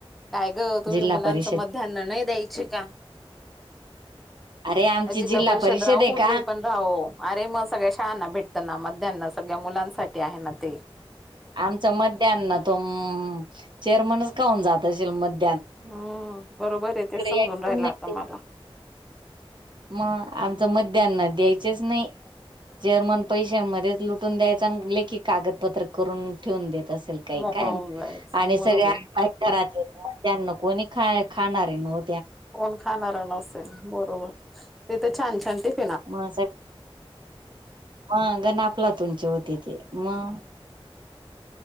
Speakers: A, in the centre; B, on the right.
A: काय ग तुम्ही
B: जिल्हा
A: मुलांनच
B: परिषद
A: मतधान्य नाही द्यायचे का?
B: अरे आमची
A: जिल्हा परिषद राव
B: आहे
A: कुठले
B: का
A: पण रा अरे मग सगळ्या शाळांना भेटतं ना मतधान्य सगळ्या मुलांसाठी आहे ना ते
B: आमचा मध्याना तो चेअरमनच खाऊन जात असेल मत
A: हम्म बरोबर आहे तेच समजून
B: यायचंच
A: राहिला
B: नाही
A: आता
B: ते
A: मला.
B: मग आमच मध्यान्ह द्यायचेच नाही जर्मन पैशांमध्येच लुटून द्यायच आणि लेखी कागदपत्र करून ठेवून देत असेल. काही
A: मोकळ
B: काय
A: होऊन जायचं
B: आणि
A: बरोबर.
B: सगळे घरात त्यांना कोणी खा खाणारे नव्ह
A: कोण खाणारा नसेन ना बरोबर तथे छान छान टीप
B: म सग मग गण आपला तुंचे होते ते मग